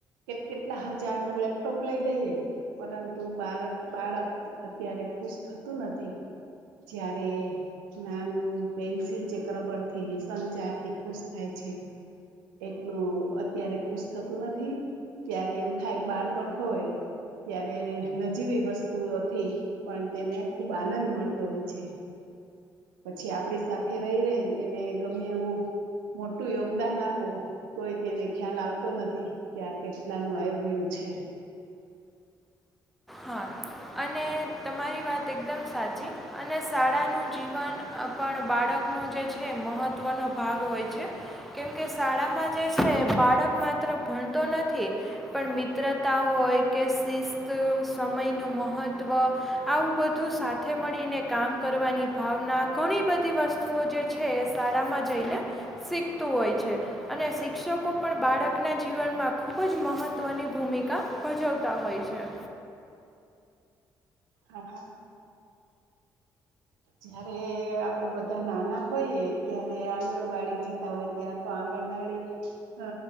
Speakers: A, on the right (about 70°); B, in the centre.
A: કે કેટલા હજાર નો લેપટોપ લઈ દઈએ પરંતુ બાળક બાળક અત્યારે ખુશ થતું નથી જયારે નાનું પેન્સિલ ચક્રબર થીસંગ ચારથી ખુશ થાય છે એટલું અત્યારે ખુશ થતું નથી ત્યારે એમ થાય બાળપણ હોય ત્યારે નજીવી વસ્તુથી પણ તેને ખુબ આનંદ મળતો હોય છે પછી આપડી સાથે રહી રહીને એને ગમે એવું મોટું યોગદાન આપો કોઈ તેને ખ્યાલ આવતો નથી કે આ કેટલાનું આવય્યું છે
B: હા અને તમારી વાત એકદમ સાચી અને શાળાનું જીવન પણ બાળકનો જે છે મહત્વનો ભાગ હોય છે કેમકે શાળામાં જે છે બાળક માત્ર ભણતો નથી પણ મિત્રતા હોય કે શિસ્ત સમયનું મહત્ત્વ આવું બધું સાથે મળીને કામ કરવાની ભાવના ઘણી બધી વસ્તુઓ જે છે એ શાળામાં જઈને શીખતું હોય છે અને શિક્ષકો પણ બાળકના જીવનમાં ખૂબ જ મહત્વની ભૂમિકા ભજવતા હોય છે
A: હા હા જયારે આપડે બધા નાના હોઈએ ત્યારે આંગણવાડી જતા હોય ત્યારે આંગણવાડી અ